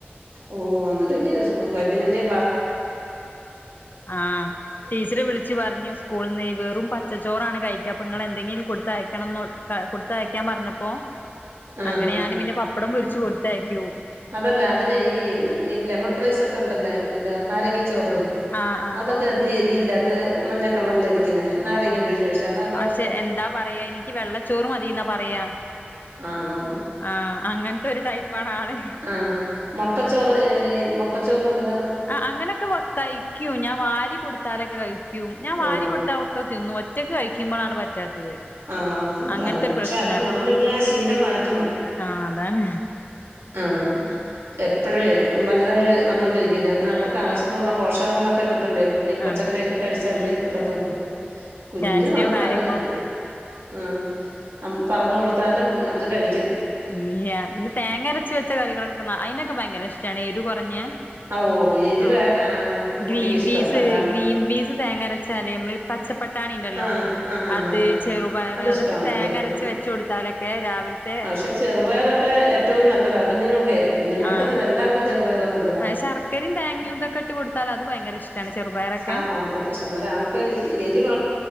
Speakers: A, on the right; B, on the left.
A: ഓ വന്നിട്ട് കഴിഞ്ഞ വലിയ വല്യ
B: ആഹ് ടീച്ചറ് വിളിച്ചു പറഞ്ഞു സ്കൂളന്ന് വെറും പച്ചോറാണ് കഴിക്കാ, അപ്പൊങ്ങളെന്തെങ്കിൽ കൊടുത്ത അയക്കണം ന്നൊക്ക കൊടുത്തയക്കാൻ പറഞ്ഞപ്പോ
A: ആഹ്
B: അങ്ങനെ ഞാന് പിന്നെ പപ്പടം പൊരിച്ച് കൊടുത്തയക്യു
A: അതല്ലേ അതിന് ഈ ഈ ലെമൺ റൈസ് ഒക്കെണ്ടല്ലേ എന്താ നാരങ്ങ ചോറ്,
B: ആഹ് ആഹ്
A: അതൊക്കെ അധിക എരി ഇല്ലാത്ത മഞ്ഞ കളറിൽ ഇരിക്കുന്നേ നാരങ്ങ
B: ആഹ്
A: പിഴിഞ് ഒഴിച്ച അതാകുമ്പ
B: പക്ഷെ എന്താ പറയാ എനിക്ക് വെള്ളച്ചോറ് മതിന്നാ പറയാ
A: ആണോ
B: ആഹ് അങ്ങനത്തെ ഒരു ടൈപ്പാണ് ആള്
A: ആ മുട്ടച്ചോറ് മൊട്ടച്ചോറ് എന്തതാ
B: ആ അങ്ങനെയൊക്കെ കഴിക്കും. ഞാൻ വാരി കൊടുത്താലൊക്കെ കഴിക്കും. ഞാൻ വാരി
A: ഓ
B: കൊടുത്താലൊക്കെ തിന്നും ഒറ്റൊക്ക് കഴിക്കുമ്പളാണ് പറ്റാത്തത്
A: ആ അതാണ്
B: അങ്ങൻത്തൊരു
A: പക്ഷെ
B: പ്രശ്നാണ്.
A: അത് നമ്മളിനി ആ ശീലം മാറ്റണം
B: ആഹ് അതാണ്
A: ആ എപ്പഴേ വലുതായി വന്നോണ്ടിരിക് ക്കല്ലേ അന്നാ
B: ഉം
A: അവർക്ക് ആവശ്യത്തിനുള്ള
B: ഉം
A: പോഷങ്ങളൊക്കെ കിട്ടണ്ടേ ഈ പച്ചക്കറിയൊക്കെ
B: അതാ
A: കഴിച്ചാലല്ലേ
B: ഉം
A: കിട്ടത്തുള്ളൂ.
B: ഉം
A: കുഞ്ഞു
B: കാൽസ്യവും
A: മക്കളങ്ങനെയ
B: കാര്യങ്ങളും
A: ആഹ അം പറഞ്ഞു കൊടുത്താലും അവര് കഴി
B: ല്യ, പിന്നെ തേങ്ങരച്ച് വെച്ച കറികളൊക്കെ ന അയ്നൊക്കെ ഭയങ്കര ഇഷ്ടാണ്. എരു കുറഞ്ഞ
A: ഓ എരിവ്
B: ആ
A: ആഹ് കുട്ടിക്ക്
B: ഗ്രീൻ
A: ഇഷ്ടല്ല
B: പീസ്,
A: അതാണ്
B: ഗ്രീൻ ബീസ് തേങ്ങരച്ചാല് നമ്മള് പച്ചപ്പട്ടാണി ഉണ്ടല്ലോ
A: ആഹ് ആഹ് ആഹ്
B: അത്,
A: ആഹ് ആഹ്
B: ചെറുപയർ,
A: അതിഷ്ടാണല്ലേ
B: അതൊക്കെ തേങ്ങരച്ച്
A: ആഹ്
B: വെച്ച് കൊടുത്താലൊക്കെ രാവിൽത്തെ
A: ആഹ് പക്ഷെ ചെറുപയറൊക്കെ ഏറ്റവും നല്ലതാ, കുഞ്ഞുങ്ങൾക്കെ, കുഞ്ഞങ്ങൾക്കെന്നല്ല
B: ആഹ്
A: എല്ലാവർക്ക ചെറുപയർ നല്ലതാ
B: അത് ശർക്കരയും തേങ്ങയും
A: <unintelligible>
B: ഇതൊക്കെ ഇട്ട് കൊടുത്താൽ അത് ഭയങ്കര ഇഷ്ടാണ് ചെറുപയറൊക്കെ
A: അൻക്ക് എരി മാ